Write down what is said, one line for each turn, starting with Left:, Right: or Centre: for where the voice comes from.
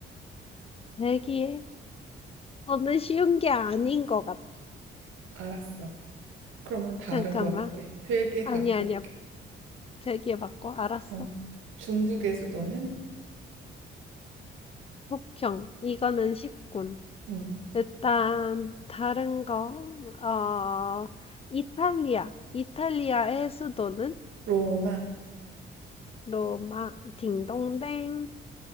Left: 대기해. 저는 쉬운 게 아닌 것 같아
Right: 알았어. 그러면 다른
Left: 잠깐만.
Right: 거 할게. 벨기에
Left: 아니,
Right: 바꿀게.
Left: 아니야. 배기에 바꿔. 알았어.
Right: 응. 중국의 수도는
Left: 폭형. 이거는 쉽군.
Right: 응.
Left: 일단, 다른 거, 어, 이탈리아. 이탈리아의 수도는
Right: 로마.
Left: 로마, 딩동댕.